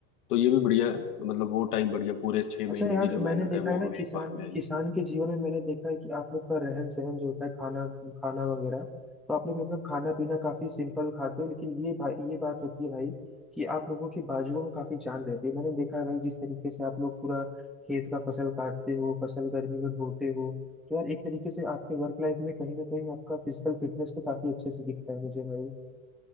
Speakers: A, on the left (about 80°); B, in the centre.
A: तो ये भी बढ़िया मतलब वो टाइम बढ़िया पूरे छह
B: अच्छा
A: महीने
B: यार
A: की जो मेहनत
B: मैंने देखा
A: है वो
B: है ना
A: हमें
B: किसान
A: एक बार में आई
B: किसान के जीवन में मैंने देखा है कि आप लोग का रहन सहन जो होता है खाना खाना वगैरह तो आप लोग मतलब खाना पीना काफी सिंपल खाते हो लेकिन ये भाई ये बात होती है भाई कि आप लोगों के बाजुओं में काफी जान रहती है मैंने देखा है भाई जिस तरीके से आप लोग पूरा खेत का फसल काटते हो फसल गर्मी में ढोते हो तो यार एक तरीके से आपके वर्क लाइफ में कहीं ना कहीं आपका फिजिकल फिटनेस तो काफी अच्छे से दिखता है मुझे भाई